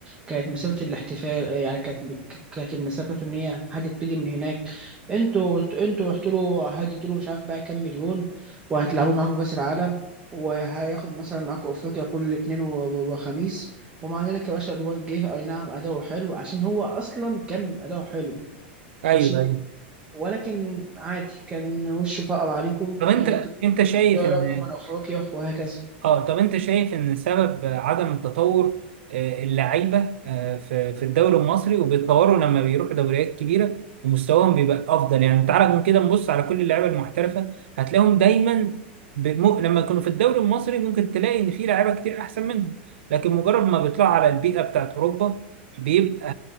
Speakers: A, on the right; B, on the right.
A: كانت مسيره الاحتفال آه، يعني كانت كانت المسيره بتاعته ان هي هتبتدي من هناك انتوا انتوا رحتوا له هديتوا له مش عارف بقى كام مليون وهتلعبوا معاكم كاس العالم وهياخد مثلا معاكوا افريقيا كل اتنين و- و- وخميس ومع ذلك يا باشا الواد جه اي نعم اداؤه حلو عشان هو اصلا كان اداؤه حلو
B: ايوه
A: ماشي
B: أيوه.
A: ولكن عادي كان وشه فقر عليكم
B: طب انت
A: آه،
B: انت شايف
A: طلعتوا
B: ان
A: من افريقيا وهكذا
B: اه طب انت شايف ان سبب عدم التطور آه، اللعيبه آه، في في الدوري المصري وبيتطوروا لما بيروحوا دوريات كبيره ومستواهم بيبقى افضل يعني تعالى من كده نبص على كل اللعيبه المحترفه هتلاقيهم دايما بم... لما يكونوا في الدوري المصري ممكن تلاقي ان في لعيبه كتير احسن منهم لكن مجرد ما بيطلعوا على البيئه بتاعت اوروبا بيبقى